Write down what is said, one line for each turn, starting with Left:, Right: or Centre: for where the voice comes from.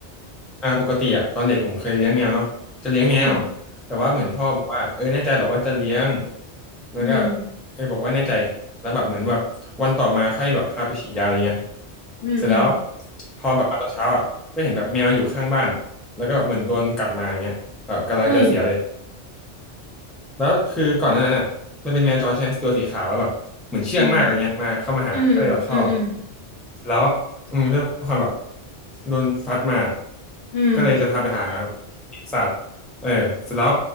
Centre: อ่าปกติอะตอนเด็กผมเคยเลี้ยงแมวเนาะจะเลี้ยงแมว
Left: อืม
Centre: แต่ว่าเหมือนพ่อบอกว่าเออแน่ใจเหรอว่าจะเลี้ยงแล้วก็
Left: อืม
Centre: เออบอกว่าแน่ใจแล้วแบบเหมือนแบบวันต่อมาค่อยแบบพาไปฉีดยาอะไรเงี้ย
Left: อืมอืม
Centre: เสร็จแล้วพอแบบมาตอนเช้าอ่ะก็เห็นแบบแมวอยู่ข้างบ้านแล้วก็แบบเหมือนโดนกัดมาอย่างเงี้ยแบบกำลังจะเสียเลย
Left: เฮ้ย
Centre: แล้วคือก่อนหน้านั้นน่ะมันเป็นแมวจรใช่ไหมตัวสีขาวแล้วแบบเหมือนเชื่องมากอะไรเงี้ยมาเข้ามาหาก็เลยแบบชอบ
Left: อืมอืมอืมอืม
Centre: แล้วอืมด้วยความแบบโดนฟัดมา
Left: อืม
Centre: ก็เลยจะพาไปหาสัตว์เออเสร็จแล้ว